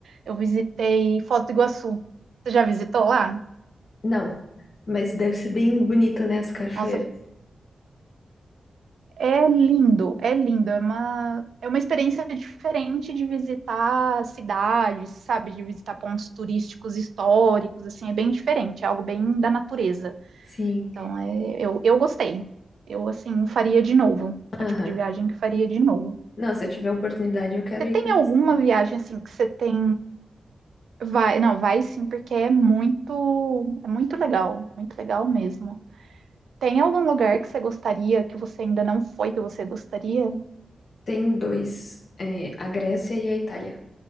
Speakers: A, on the right (about 85°); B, on the left (about 70°).
A: eu visitei Foz do Iguaçu. Você já visitou lá?
B: Não. Mas deve ser bem bonito, né? As cachoeiras.
A: Nossa, é lindo, é lindo. É uma, é uma experiência diferente de visitar cidades, sabe? De visitar pontos turísticos históricos, assim, é bem diferente, é algo bem da natureza.
B: Sim.
A: Então, é, eu, eu gostei. Eu, assim, faria de novo. É
B: Aham.
A: o tipo de viagem que eu faria de novo.
B: Não, se eu tiver oportunidade, eu quero
A: Você
B: ir
A: tem
B: conhecer.
A: alguma viagem, assim, que você tem... Vai, não, vai sim, porque é muito, é muito legal. Muito legal mesmo. Tem algum lugar que você gostaria, que você ainda não foi, que você gostaria?
B: Tem dois, é, a Grécia e a Itália.